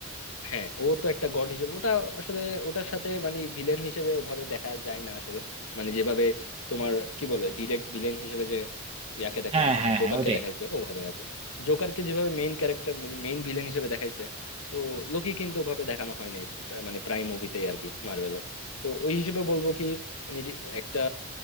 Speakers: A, on the left; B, on the right.
A: হ্যাঁ ও তো একটা গড হিসেবে ওটা আসলে ওটার সাথে মানে ভিলেন হিসেবে ওভাবে দেখা যায় না আসলে মানে যেভাবে তোমার কি বলে ডিরেক্ট ভিলেন হিসেবে যে ইয়াকে দেখাইছে
B: হ্যাঁ
A: তোমার
B: হ্যাঁ
A: জোকারকে
B: হ্যাঁ ওইটাই
A: দেখাইছে ওভাবে আর কি জোকারকে যেভাবে মেইন ক্যারেক্টার মানে মেইন ভিলেন হিসেবে দেখাইছে তো লোকি কিন্তু ওভাবে দেখানো হয় নাই প্রা- মানে প্রাইম মুভিতেই আর কি মার্ভেলের তো ওই হিসেবে বলবো কি মানে ডি- একটা